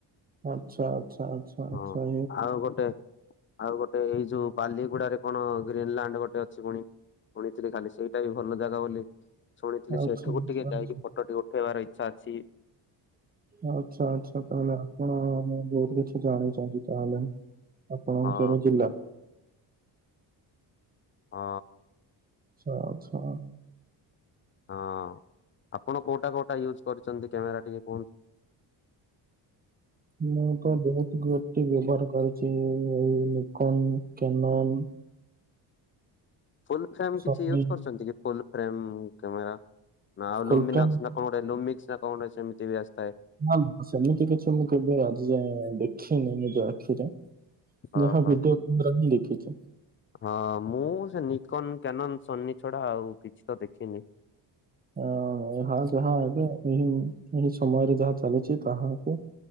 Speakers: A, on the right; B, on the left.
A: ଆଚ୍ଛା ଆଚ୍ଛା ଆଛା
B: ହଁ।
A: ଆଛା।
B: ଆଉ ଗୋଟେ ଆଉ ଗୋଟେ ଏଇ ଯୋଉ ପାଲିଗୁଡାରେ କଣ ଗ୍ରୀନଲ୍ୟାଣ୍ଡ ଗୋଟେ ଅଛି ପୁଣି। ଶୁଣିଥିଲି ଖାଲି ସେଇଟା ବି ଭଲ ଜାଗା ବୋଲି ଶୁଣିଥିଲି
A: ଆଚ୍ଛା
B: ସେଠାକୁ ଟିକେ
A: ଆଚ୍ଛା।
B: ଯାଇକି ଫଟୋ ଟିକେ ଉଠେଇବାର ଇଚ୍ଛା ଅଛି।
A: ଆଚ୍ଛା ଆଚ୍ଛା ତାହେଲେ ଆପଣ ବହୁତ କିଛି ଜାଣିଛନ୍ତି ତାହେଲେ। ଆପଣଙ୍କର
B: ହଁ
A: ଜିଲ୍ଲା।
B: ହଁ।
A: ଆଚ୍ଛା ଆଚ୍ଛା।
B: ହଁ ଆପଣ କୋଉଟା କୋଉଟା ୟୁଜ୍ କରିଛନ୍ତି କ୍ୟାମେରା ଟିକେ କୁହନ୍ତୁ। <inaudible>
A: ମୁଁ ତ ବହୁତ ଗୋଟି ବ୍ୟବହାର କରିଛି ଏଇିକନ କ୍ୟାନନ୍
B: ଫୁଲ୍ ଫ୍ରେମ୍ କିଛି
A: ସନି
B: ୟୁଜ୍ କରୁଛନ୍ତି କି ଫୁଲ୍ ଫ୍ରେମ୍ କ୍ୟାମେରା। ଆଉ
A: ଫୁଲଫ୍ରେମ୍।
B: ଲୋମିନସ ନା କଣ ଗୋଟେ ଲୋମିକ୍ସି ନା କଣ ସେମିତି ଆସି
A: ନା ସେମିତି କିଛି ମୁଁ କେବେ ଆଜି ଯାଏଁ ଦେଖିନି ନିଜ ଆଖିରେ।
B: ହଁ
A: ଯାହା
B: ହଁ।
A: ଭିଡିଓ କ୍ୟାମେରା ହିଁ ଦେଖିଛି।
B: ହଁ ମୁଁ ସେ ନିକନ କ୍ୟାନନ୍ ସୋନି ଛଡା ଆଉ କିଛି ତ ଦେଖିନି।
A: ଆ ଏହା ଯାହା ଏବେ ଏହି ଏହି ସମୟରେ ଯାହା ଚାଲିଛି ତାହାକୁ।